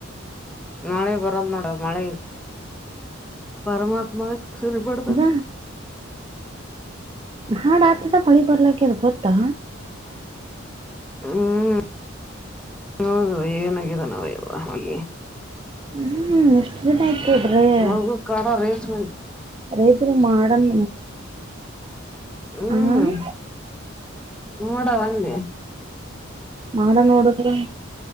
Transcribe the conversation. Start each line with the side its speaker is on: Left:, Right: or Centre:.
Centre: ಮಳೆ ಬರಲ್ದ ನೋಡ ಮಳೆ ಪರಮಾತ್ಮ ಸರಿಪಡ್ತನ್
Right: ಈಗ ಹಾಡ ಆತದ ಮಳಿ ಬರ್ಲಕ್ಕೆ ಅದು ಗೊತ್ತಾ
Centre: ಹ್ಮ್ ಹೌದು ಏನಾಗಾಗಿದೆ ನಾವ ಯ್ ಹಗೆ <inaudible>
Right: ಹ್ಮ್ ಎಷ್ಟು ಜನ ಆಯ್ತು <inaudible> ರೇೇ
Centre: ನಗು ಕಾಡ ರೇಸ್ ಮಂದಿ
Right: ರೈತರು ಮಾ ಆಡ <inaudible>
Centre: ಹ್ಮ್
Right: ಆ <inaudible>
Centre: ನೋಡ ಒಂದೆ <inaudible>
Right: ಮಾಡ ನೋಡುದು,